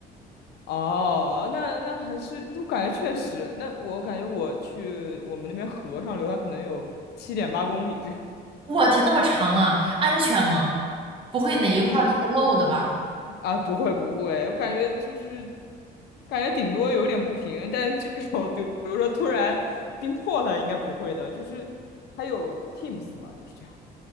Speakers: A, on the left; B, on the right.
A: 哦，那那还是，就感觉确实，那我感觉我去我们那边河上流，它可能有七点八公里这样。
B: 我天，那么长啊，安全吗？不会哪一块儿是个漏的吧？
A: 嗯，啊，不会不会，我感觉就是感觉顶多有点不平，但这种比比如说突然冰破了，应该不会的。就是还有 Teams 嘛，就是这样，